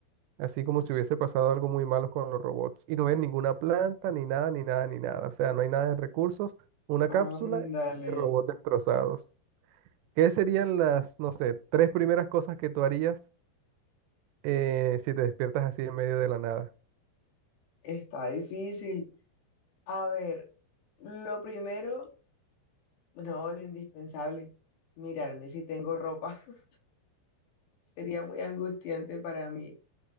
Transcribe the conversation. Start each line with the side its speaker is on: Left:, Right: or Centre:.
Right: así como si hubiese pasado algo muy malo con los robots, y no ves ninguna planta, ni nada, ni nada, ni nada, o sea, no hay nada de recursos, una cápsula
Left: Ándale.
Right: y robots destrozados. ¿Qué serían las, no sé, tres primeras cosas que tú harías eh, si te despiertas así en medio de la nada?
Left: Está difícil. A ver, lo primero, no, lo indispensable, mirarme si tengo ropa. <laughs> Sería muy angustiante para mí.